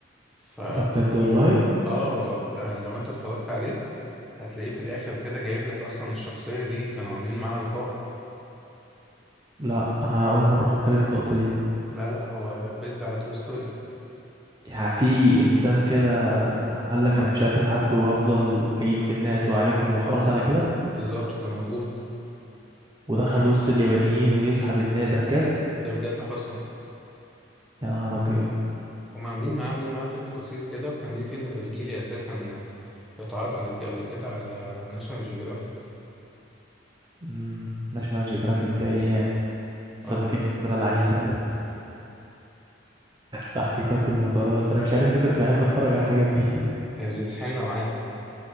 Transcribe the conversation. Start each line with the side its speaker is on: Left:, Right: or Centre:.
Centre: ف ف-
Right: ده بجد والله
Centre: اه لو انت اتفرجت عليه هتلاقيه في الاخر كده جايب لك اصلا الشخصية دي كانوا عاملين معاها لقاء
Right: لا انا اول مرة اخد بالي من النقطة دي
Centre: لا لا هو بيزد على تو ستوري
Right: يعني في انسان كده قال لك
Centre: اه
Right: انا مش هقتل حد وهفضل اجيب في الناس واعالجهم وخلاص على كده
Centre: بالظبط كان موجود
Right: ودخل وسط اليابانيين ويسحب الناس ده بجد
Centre: ده بجد حصل
Right: يا نهار ابيض
Centre: هم عاملين معاه عاملين معاه فيلم قصير كده وكان ليه فيلم تسجيلي اساسا اتعرض على قبل كده على ناشونال جيوغرافيك
Right: مم، ناشونال جيوغرافيك دي ايام سمكة
Centre: اه
Right: التونة العنيدة تحقيقات المطارات انا مش عارف ليه كنت بحب اتفرج على الحاجات دي
Centre: كانت بتسحلنا معاها